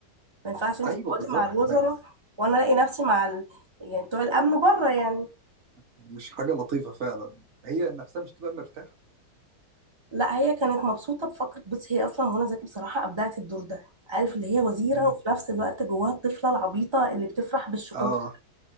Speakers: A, on the right (about 25°); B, on the right (about 45°).
A: ما ينفعش انت
B: ايوه
A: تقعدي
B: بالظبط
A: مع الوزراء
B: ما ف-
A: وانا الاقي نفسي مع ال... يعني بتوع الامن بره يعني
B: مش حاجه لطيفه فعلا هي نفسها مش تبقى مرتاحه
A: لا هي كانت مبسوطه بفكره بصي هي اصلا منى زكي بصراحه ابدعت الدور ده عارف اللي هي وزيره
B: م.
A: وفي نفس الوقت جواها الطفله العبيطه اللي بتفرح بالشوكولاته
B: اه